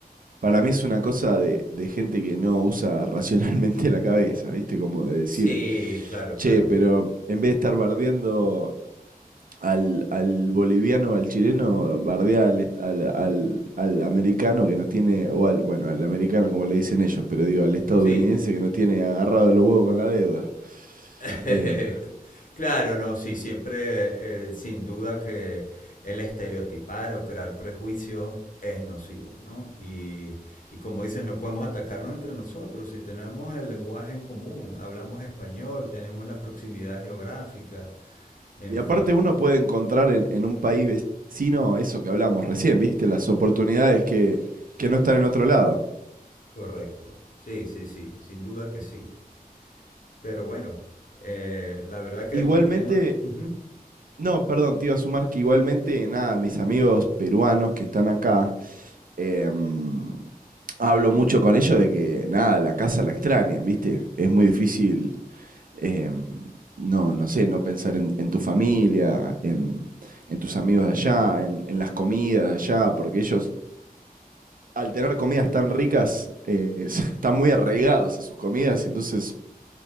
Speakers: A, on the right; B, on the left.
A: Para mí es una cosa de, de gente que no usa racionalmente la cabeza, ¿viste? Como de decir,
B: sí, claro,
A: che,
B: claro.
A: pero en vez de estar bardeando al, al boliviano o al chileno, bardea al, est- al, al- al americano que no tiene, o al, bueno, al americano como le dicen ellos, pero digo, al estadounidense
B: Sí,
A: que no tiene agarrado los huevos con la deuda.
B: <laughs>
A: Eh,
B: claro, no, sí, siempre, eh, sin duda que el estereotipar o crear prejuicios es nocivo, ¿no? Y, y como dices, no podemos atacarnos entre nosotros si tenemos el lenguaje en común, hablamos español, tenemos la proximidad geográfica, en
A: y aparte
B: fin,
A: uno puede encontrar en, en un país vecino eso que hablamos recién, ¿viste? Las oportunidades que, que no están en otro lado.
B: correcto. Sí, sí, sí, sin duda que sí. Pero bueno, eh, la verdad que
A: Igualmente,
B: el, el tema... Ujú,
A: No, perdón, te iba a sumar que igualmente, nada, mis amigos peruanos que están acá, em, hablo mucho con ellos de que, nada, la casa la extrañan, ¿viste? Es muy difícil, em, no, no sé, no pensar en, en tu familia, en, en tus amigos de allá, en, en las comidas de allá, porque ellos, al tener comidas tan ricas, eh, <laughs> están muy arraigados a sus comidas y entonces